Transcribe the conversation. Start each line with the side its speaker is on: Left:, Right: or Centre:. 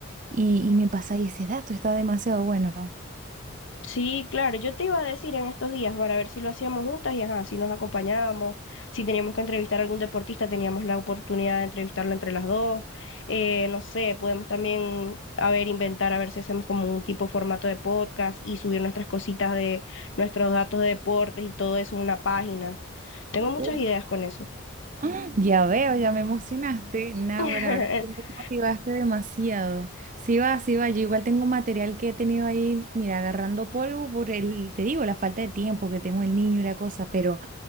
Right: Y, y me pasáis ese dato, está demasiado bueno.
Left: Sí, claro, yo te iba a decir en estos días para ver si lo hacíamos juntas y ajá, si nos acompañábamos, si teníamos que entrevistar a algún deportista, teníamos la oportunidad de entrevistarlo entre las dos, eh, no sé, podemos también, a ver, inventar, a ver si hacemos como un tipo formato de podcast y subir nuestras cositas de nuestros datos de deportes y todo eso en una página. Tengo muchas
Right: Uh,
Left: ideas con eso.
Right: ¡ah! ya veo, ya me emocionaste. Nahuara,
Left: <laughs>
Right: ahora sí me motivaste demasiado. Sí va, sí va. Yo igual tengo material que he tenido ahí, mira, agarrando polvo por el, te digo, la falta de tiempo que tengo el niño y la cosa, pero